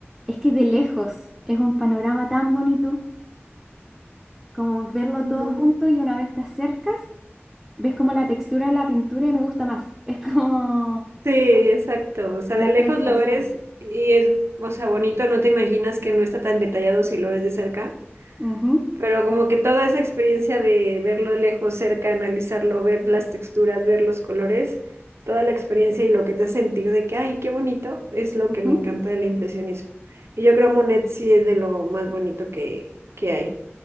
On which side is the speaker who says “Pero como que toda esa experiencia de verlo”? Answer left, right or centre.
Right